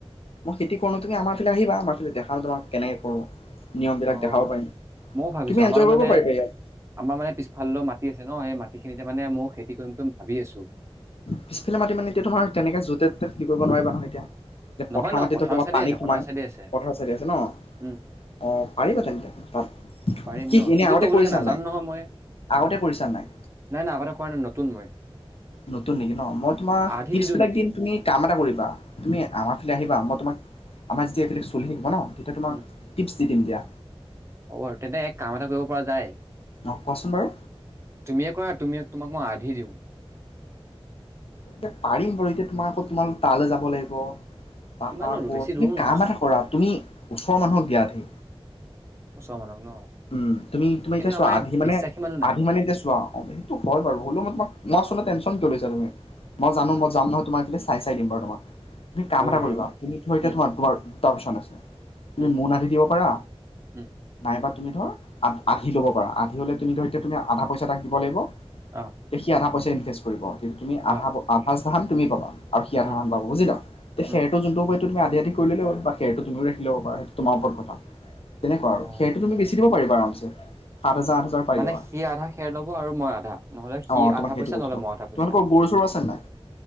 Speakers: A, on the left; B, on the right.
A: মই খেতি কৰো তুমি আমাৰ ফালে আহিবা আমাৰ ফালে দেখাওঁ তোমাক কেনেকে কৰো। নিয়মবিলাক
B: অ
A: দেখাব পাৰিম
B: ময়ো ভাবিছো
A: তুমি এনজয়
B: আমাৰ
A: কৰিব
B: মানে
A: পাৰিবা ইয়াত
B: আমাৰ মানে পিছফাল মা- মাটি আছে ন সেই মাটিখিনিতে মানে ময়ো খেতি কৰিম কৰিম ভাবি আছোঁ।
A: পিছফালে মাতি মানে এতিয়া তোমাৰ তেনেকে য'তে ত'তে খেতি কৰিব নোৱাৰিবা নহয় এতিয়া।। এ পথাৰ
B: নহয় ন
A: মাটিত
B: পথাৰৰ
A: টো তোমাৰ
B: চাইডে
A: পানী
B: আছে
A: সোমাই।
B: পথাৰ চাইডে আছে।
A: পথাৰ চাইডে আছে ন?
B: উম।
A: অ পাৰিবা তেন্তে তাত।
B: পাৰিম
A: কি
B: ন
A: খিনি আগতে
B: কৰিব
A: কৰিছা
B: লাগে নাজানো
A: নাই?
B: নহয় মই
A: আগতে কৰিছা নাই?
B: নাই নাই আগতে কৰা নাই নতুন মই
A: নতুন নেকি ন, মই তোমাক
B: আধি
A: টি্পচ
B: দি দিওঁ
A: বিলাক
B: নেকি?
A: দিম তুমি কাম এটা কৰিবা। তুমি- আমাৰ ফালে আহিবা। মই তোমাক আমাৰ ষ্টেপ বিলাক চলি থাকিব ন? তেতিয়া তোমাক
B: উম।
A: টি্পচ দি দিম দিয়া।
B: হ'ব আৰু, তেন্তে এই কাম এটা কৰিব পৰা যায়।
A: অ কোৱাচোন বাৰু
B: তুমিয়ে কৰা তুমি। তোমাক মই আধি দিওঁ।
A: এতিয়া পাৰিম বাৰু এতিয়া তোমাৰ আকৌ তোমাৰ তালে যাব লাগিব? তা
B: কিমাননো
A: পা আকৌ
B: বেছি
A: তুমি
B: দূৰো নহয়চোন
A: কাম এটা কৰা, তুমি ওচৰৰ মানুহক দিয়া আধি।
B: ওচৰৰ মানুহক ন
A: উম তুমি তুমি
B: কিন্তু
A: এতিয়া চোৱা
B: আমাৰ ইয়াত
A: আধি মানে
B: বিশ্বাসী মানুহ নাই।
A: আধি মানে এতিয়া চোৱা। অ সেইটো হয় বাৰু হ'লেও মই তোমাক মই আচলতে টেনচন।। ছা তুমি <unintelligible> মই জানো
B: উম,
A: মই যাম নহয় তোমাৰ এটলিস্ট চাই চাই দিম বাৰু তোমাক। তুমি কাম
B: হ'ব
A: এটা
B: বাৰু
A: কৰিবা তুমি টো এতিয়া
B: উম।
A: তোমাৰ মাৰ। তাৰপিচত আছে। তুমি
B: উম,
A: মোন আনি দিব পাৰা।
B: উম,
A: নাইবা।। তুমি ধৰ আ আধি লব পৰা। আধি হলে তুমি ধৰ এতিয়া তুমি আধা পইচা তাক দিব লাগিব।
B: অ',
A: দেখি আধা। পইচা ইনভেষ্ট কৰিব। তুমি
B: অ'।
A: আধা ফাষ্টৰ ধান তুমি পাবা, আৰু সি আধা
B: উম,
A: ধান পাব বুজিলা।
B: উম।
A: সেইটো যোনটো মই।। তুমি আধি আধি কৰি ললে হ'ল, বা খেৰটো তুমিও ৰাখি লব পাৰা। সেইটো তোমাৰ ওপৰত কথা। তেনেকুৱা
B: অ',
A: আৰু সেইটো তুমি বেছি।। দিব পাৰিব আৰামছে।। হাজাৰ আঠ হাজাৰ পাই
B: মানে
A: যাবা
B: সি আধা খেৰ লব আৰু মই আধা নহলে সি
A: অ তোমাক
B: আধা
A: সেইটো
B: পইচা
A: কৈছো
B: নহলে মই আধা
A: তোমালোকৰ
B: পইচা।
A: গৰু চৰু আছে নাই